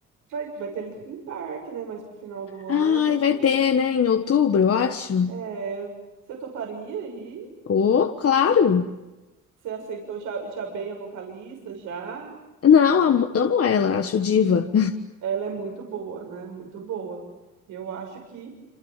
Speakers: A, on the right; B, on the left.
A: vai vai ter Linkin Park, né, mais pro final do ano.
B: Ai, vai ter, né? Em outubro, eu acho.
A: É, você toparia aí?
B: Oh, claro.
A: Você aceitou já, já bem a vocalista, já?
B: Não,
A: Ela,
B: amo, amo ela, acho diva.
A: é- ela é muito boa, né? Muito boa. Eu acho que,